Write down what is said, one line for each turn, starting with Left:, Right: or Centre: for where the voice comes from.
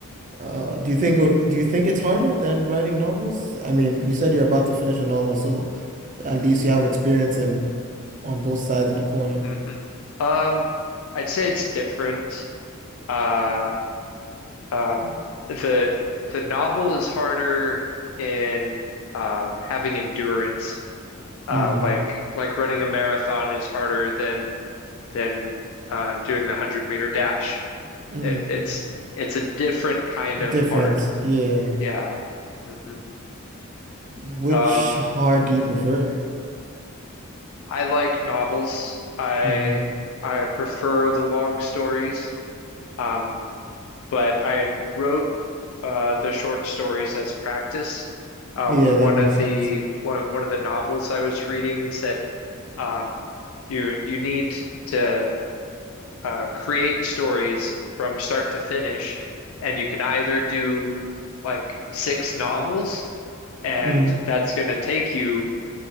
Right: Uh, do you think it- do you think it's harder than writing novels? I mean, you said you're about to finish a novel, so at least you have experience in on both sides of the coin.
Left: hmm Um, I'd say it's different. Uh, um, the the novel is harder in um, having endurance. Uh,
Right: Mm.
Left: like like running a marathon is harder than than uh, doing the 100 meter dash.
Right: Mm.
Left: It, it's it's a different kind of
Right: Difference,
Left: hard.
Right: yeah.
Left: Yeah. hmm
Right: Which
Left: Um,
Right: hard do you prefer?
Left: I like novels. I
Right: Mm.
Left: I prefer the long stories. Um, but I wrote uh, the short stories as practice. Uh,
Right: Yeah, that
Left: one
Right: makes
Left: of
Right: sense.
Left: the one one of the novels I was reading said um, you you need to uh, create stories from start to finish, and you can either do like six novels, and
Right: Mm,
Left: that's going to take you